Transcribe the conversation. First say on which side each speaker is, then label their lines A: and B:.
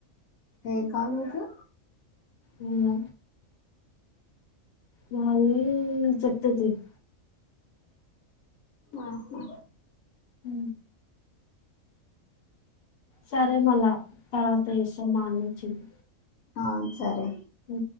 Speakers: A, on the left (about 75°); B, on the left (about 55°).
A: ఎ కాలేజు
B: అవునా మాది చెప్తతియ్
A: ఆహా
B: హ సరే మళ్ళా తర్వాత ఇసా మానిచ్చింది
A: ఆ సరే
B: హ